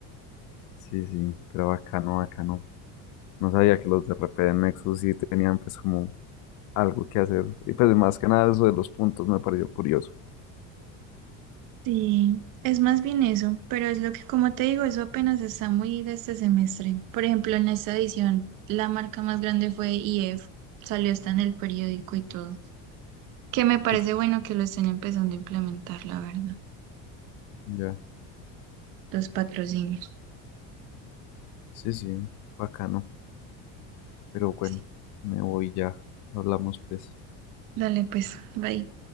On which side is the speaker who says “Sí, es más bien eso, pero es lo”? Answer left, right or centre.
Right